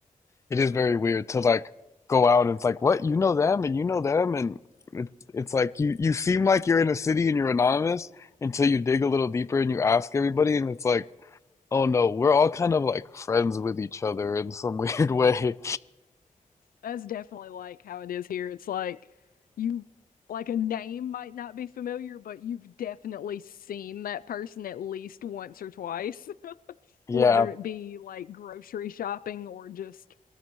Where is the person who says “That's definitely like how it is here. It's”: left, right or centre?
Left